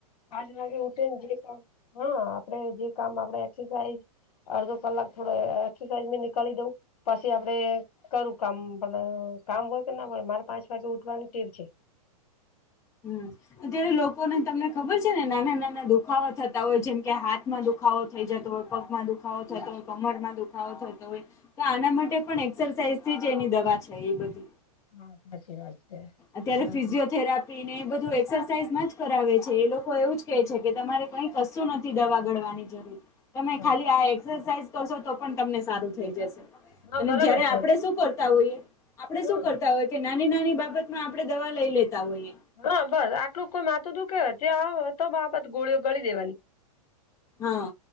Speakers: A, on the left; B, on the left.
A: પાંજ વાગે ઉઠીન જે કામ, હા. આપણે જે કામ આપણે એક્સરસાઇઝ અડધો કલાક થોડો એક્સરસાઈઝ મેં નીકાળી દેવું. પસી આપણે કરું કામ. પણ કામ હોય કે ના હોય મારે પાંચ વાગે ઉઠવાની ટેવ છે.
B: હમ્મ. અત્યારે લોકોને તમને ખબર છે ને નાના-નાના દુખાવા થતા હોય, જેમ કે હાથમાં દુખ ખાવો થઈ જતો હોય, પગમાં દુખાવો થતો હોય, કમરમાં દુખાવો થતો હોય. તો આના માટે પણ એક્સરસાઇઝ થી જ એની દવા છે ઈ બધી.
A: બહુ સાચી વાત. છે
B: અત્યારે
A: બરાબર.
B: ફિઝિયોથેરાપ પી ને એ બધું એક્સરસાઇઝ માં જ કરાવે છે. એ લોકો એવું જ કહે છે, કે તમારે કંઈ કશું નથી દવા ગળવાની જરૂર. તમે
A: બરાબર
B: ખાલી આ એક્સરસાઇઝ કરશો તો પણ તમને સારું થઈ જશ
A: હા
B: અને
A: બરાબર
B: જયારે
A: છે
B: આપણેે શું કરતા હોઈએ? આપણે
A: હા
B: શું કર તાં હોય, કે નાની-નાની બાબત માં આપણે દવા લઈ લેતા હોઈએ.
A: હા બસ. આટલું કોઈ માથું દુખે હોય, ત્યાં તો બાબત ગોળીઓ ગળી દેવાની.
B: હા.